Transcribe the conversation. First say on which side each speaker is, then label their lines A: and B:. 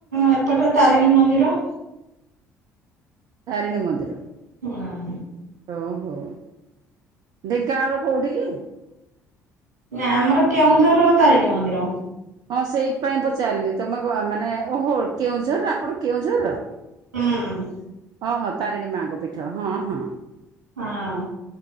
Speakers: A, on the right (about 75°); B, on the right (about 50°).
A: ଏପଟେ ତାରିଣୀ ମନ୍ଦିର,
B: ତାରିଣୀ ମନ୍ଦିର,
A: ହଁ,
B: ଓହୋ ଢେଙ୍କାନାଳର କେଉଁଠିକି?
A: ନା ଆମର କେଉଁ ଝରତାରିଣୀ ମନ୍ଦିର,
B: ହଁ ସେଇପାଇଁ ପଚାରିଲି ତମେ ମାନେ ଓହୋ କେଉଁଝର ଆପଣ କେଉଁଝର?
A: ହୁଁ,
B: ଓ ହଁ ତାରିଣୀ ମାଆଙ୍କ ପୀଠ ହଁ-ହଁ,
A: ହଁ,